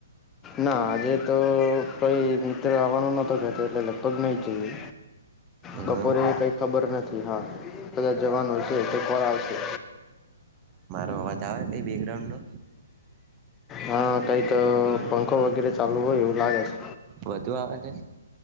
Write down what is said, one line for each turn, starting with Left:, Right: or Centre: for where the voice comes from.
Left: ના, આજે તો કઈ મિત્ર આવવાનું નતો કતો એટલે લગભગ નહી જઈએ.
Right: એવું
Left: બપોરે
Right: એમ
Left: કઈ ખબર નથી હા, બધા જવાનો છે તો કોણ આવશે.
Right: તો અવાજ આવે કે બેકગ્રાઉન્ડનો.
Left: હા કંઈક પંખો વગેરે ચાલુ હોય એવું લાગે છે.
Right: વધુ આવેજે